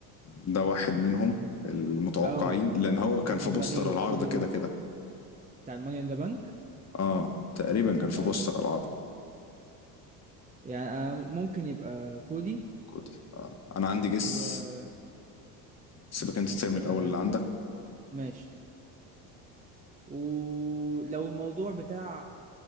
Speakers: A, on the left; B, on the right.
A: ده واحد منهم المتوقعين
B: اه يعني
A: لأن هو
B: جه
A: كان
B: في
A: في
B: دماغي
A: بوستر العرض
B: كودي
A: كده
B: رودز
A: كده
B: بتاع الماني ان ذا بانك
A: اه تقريبا كان في
B: اه
A: بوستر العرض
B: يعني آه ممكن يبقى كودي
A: كودي آه. انا عندي جس
B: و
A: سيبك انت ترمي
B: آه
A: الاول اللي عندك
B: ماشي ولو الموضوع بتاع